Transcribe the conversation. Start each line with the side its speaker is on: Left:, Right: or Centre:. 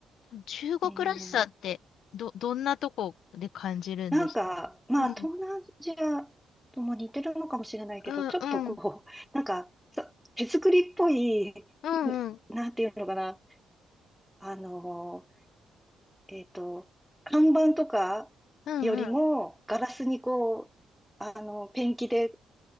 Left: うんうんうん中国らしさってど、
Centre: うーん、
Left: どんなとこで感じるんですかうん、
Centre: なんか、まあ東南アジアとも似てるのかもしれないけど、
Left: うん、
Centre: ちょっとこう、
Left: うん、
Centre: <laughs> なんかそ手作りっぽい、ん
Left: うん、うん、
Centre: なんていうのかな。あのえっと、看板とかよりも、
Left: うん、うん。
Centre: ガラスにこう、あの、ペンキで